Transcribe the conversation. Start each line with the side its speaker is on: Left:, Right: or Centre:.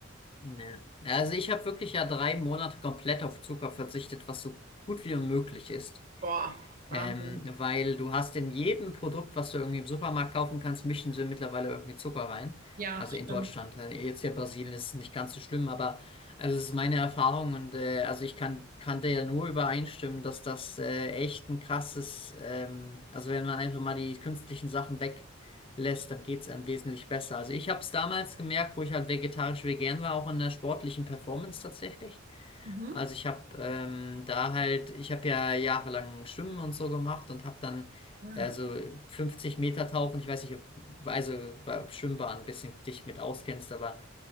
Left: Ja. Also ich habe wirklich ja drei Monate komplett auf Zucker verzichtet, was so gut wie möglich ist.
Right: Boah, Wahnsinn.
Left: Ähm, weil du hast in jedem Produkt, was du irgendwie im Supermarkt kaufen kannst, mischen sie mittlerweile irgendwie Zucker rein.
Right: Ja,
Left: Also
Right: stimmt.
Left: in Deutschland. Äh, Jetzt hier in Brasilien ist es nicht ganz so schlimm, aber also es ist meine Erfahrung und äh, also ich kann, kann dir ja nur übereinstimmen, dass das äh, echt ein krasses, ähm, also wenn man einfach mal die künstlichen Sachen weglässt, dann geht es einem wesentlich besser. Also ich habe es damals gemerkt, wo ich halt vegetarisch vegan war, auch in der sportlichen Performance tatsächlich.
Right: Mhm.
Left: Also ich habe ähm, da halt, ich habe ja jahrelang Schwimmen und so gemacht und habe dann
Right: Ja.
Left: also 50 Meter Tauchen, ich weiß nicht, ob, also ob Schwimmbahn ein bisschen dich mit auskennst, aber